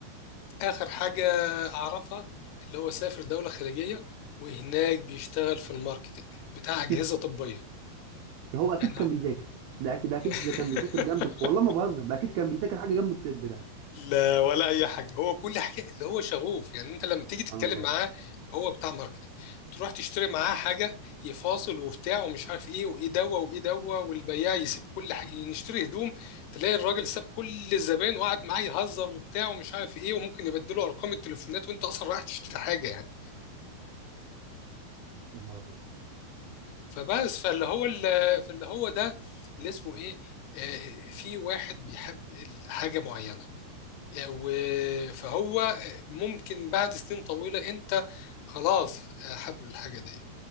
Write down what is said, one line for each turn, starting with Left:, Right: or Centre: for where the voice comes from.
Left: آخر حاجة أعرفها اللي هو سافر دولة خارجية وهناك بيشتغل في الماركتينج بتاع أجهزة
Right: <laughs>
Left: طبية
Right: هو اكيد
Left: يعني
Right: كان بيذاكر ده اكيد ده اكيد
Left: <laughs>
Right: ده كان بيذاكر جنب والله ما بهزر ده اكيد كان بيذاكر حاجه جنب الطب ده
Left: لا ولا أي حاجة هو كل حاجة اللي هو شغوف يعني أنت لما تيجي تتكلم
Right: سبحان الله
Left: معاه هو بتاع ماركتينج تروح تشتري معاه حاجة يفاصل وبتاع ومش عارف إيه وإيه دوا وإيه دوا والبياع يسيب كل حاجة يعني نشتري هدوم تلاقي الراجل ساب كل الزبائن وقعد معاه يهزر وبتاع ومش عارف إيه وممكن يبدله أرقام التليفونات وأنت أصلا رايح تشتري حاجة يعني
Right: يا نهار أبيض.
Left: فبس فاللي هو ال- فاللي هو ده اللي اسمه ايه آه، في واحد بيحب حاجة معينة يعني و- فهو ممكن بعد سنين طويلة انت خلاص آه، حابب الحاجة دي